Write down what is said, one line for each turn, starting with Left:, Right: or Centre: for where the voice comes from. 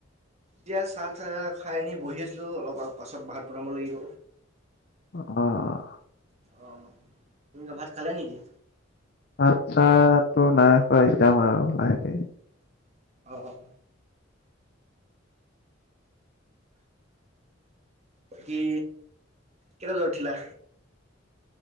Right: এতিয়া চাহ চাহ খাই আনি বহি আছিলোঁ অলপ পাছত ভাত বনাব লাগিব।
Left: অ'-অ'
Right: অ' তুমি কি ভাত খালা নেকি?
Left: ভাত চাতটো নাই খোৱা সিজাম আৰু লাহেকে।
Right: অ'-অ' বাকী, কেইটা বজাত উঠিলা?